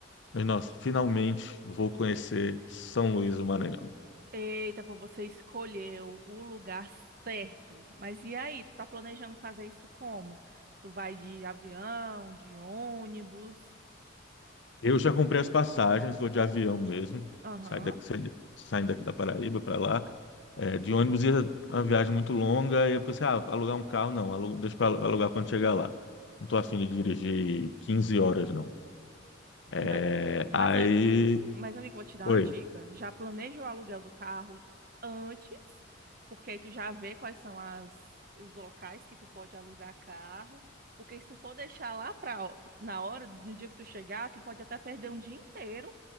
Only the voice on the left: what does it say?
Mas nossa, finalmente vou conhecer São Luís do Maranhão.
Eu já comprei as passagens, vou de avião mesmo.
Saio daqui, saio- saindo daqui da Paraíba para lá. É, de ônibus ia uma viagem muito longa. E eu pensei, ah, alugar um carro? Não, alu- deixa para alugar quando chegar lá. Não tô afim de dirigir 15 horas, não. É,
aí.
Oi.